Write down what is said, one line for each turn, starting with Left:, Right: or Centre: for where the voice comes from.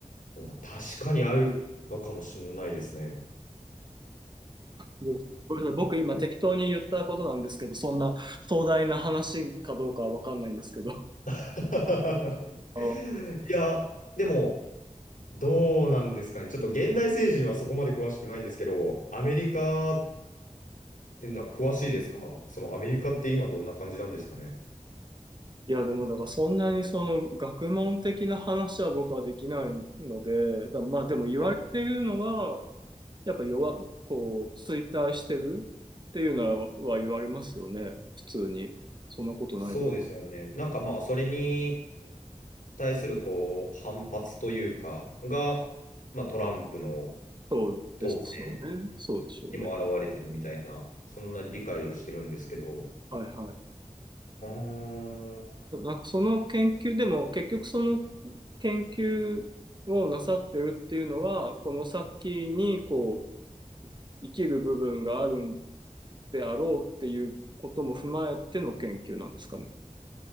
Left: のは確かにあるのかもしれないですね。
Right: でもごめんなさい。僕今適当に言ったことなんですけど、そんな壮大な話かどうかはわかんないんですけど。<laughs>
Left: <laughs>
Right: あ
Left: いや、でも、どうなんですかね。ちょっと現代政治はそこまで詳しくないんですけど、アメリカっていうのは詳しいですかそのアメリカって今どんな感じなんですかね。
Right: いや、でもだからそんなにその学問的な話は僕はできないので、だまあでも言われてるのは、
Left: はい
Right: やっぱ弱、こう、衰退してるっていうのは言われますよね、普通に。そんなことないの。
Left: そうですよね。なんかまあ、それに対するこう反発というか、が、まあ、トランプの
Right: そうですよね。
Left: 当選
Right: そうでしょうね。
Left: にも表れてるみたいな、そんな理解をしてるんですけど、
Right: はいはい。
Left: うーん。い
Right: なんかその研究でも結局その研究をなさってるっていうのはこの先にこう生きる部分があるんであろうっていうことも踏まえての研究なんですかね。